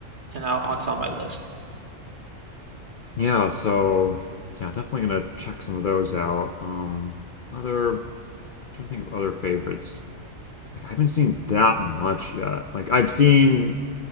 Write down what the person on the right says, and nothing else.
and I'll, it's on my list.